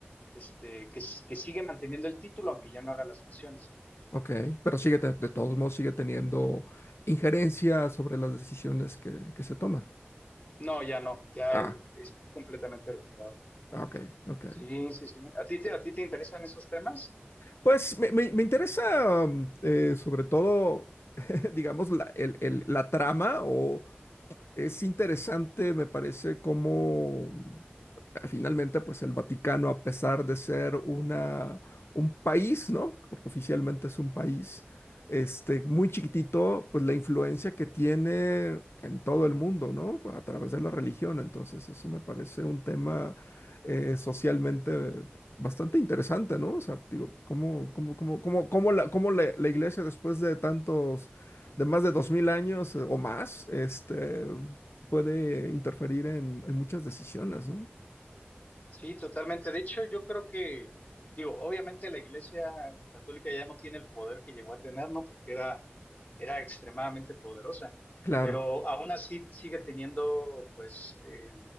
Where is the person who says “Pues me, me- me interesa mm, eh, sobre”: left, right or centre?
Left